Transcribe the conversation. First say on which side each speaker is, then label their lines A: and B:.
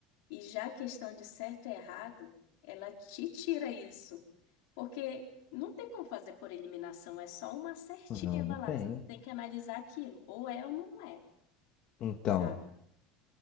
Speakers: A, on the left; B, on the left.
A: E já a questão de certo e errado, ela te tira isso. Porque não tem como fazer por eliminação, é só uma assertiva
B: Não, não
A: lá.
B: tem.
A: Tu Tem que analisar aquilo, ou é ou não é,
B: Então.
A: sabe?